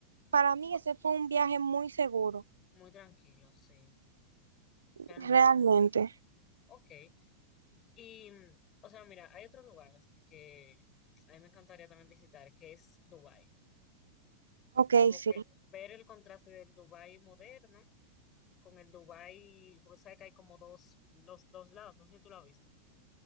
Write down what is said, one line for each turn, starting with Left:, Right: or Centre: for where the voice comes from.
Right: para mí
Left: Fu-
Right: ese fue un viaje muy seguro,
Left: Muy tranquilo, sí, realmente.
Right: realmente.
Left: Ok. Y, mm, o sea, mira, hay otro lugar así que a mí me encantaría también visitar, que es Dubái.
Right: Ok,
Left: Como
Right: sí.
Left: que ver el contraste del Dubái moderno con el Dubái, porque sabes que hay como dos, los dos lados, no sé si tú lo has visto,